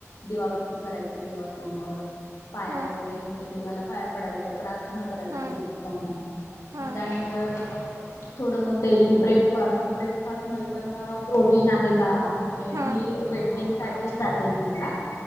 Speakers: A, on the left (about 80°); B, on the right (about 80°).
A: दिवाबत्ती कराय देवासमोर पाया
B: हा
A: वगैरे म्हणजे देवाला पाया पडायचो पण आज प्रार्थना करायची
B: हा
A: देवासमोर.
B: हा
A: म त्यानंतर थोडं मग डेली ब्रेकफास्ट मग ब्रेकफास्ट मध्ये पण प्रोटीन आहे का? म्हणजे
B: हा
A: मी वेटींग साठी जाते जिमला